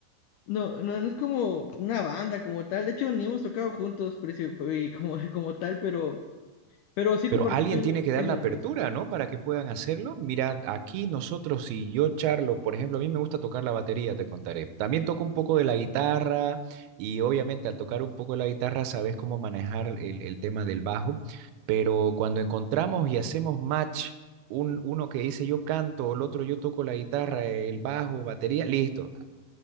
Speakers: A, on the left; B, on the right.
A: no, no, no es como una banda como tal. De hecho, ni hemos tocado juntos princip- y como, como tal, pero, pero sí compartimos
B: Pero alguien tiene que dar
A: esos
B: la apertura,
A: gustos.
B: ¿no? Para que puedan hacerlo. Mira, aquí nosotros, si yo charlo, por ejemplo, a mí me gusta tocar la batería, te contaré. También toco un poco de la guitarra y obviamente al tocar un poco de la guitarra sabes cómo manejar el, el tema del bajo, pero cuando encontramos y hacemos match, un, uno que dice yo canto, el otro yo toco la guitarra, el bajo, batería, listo.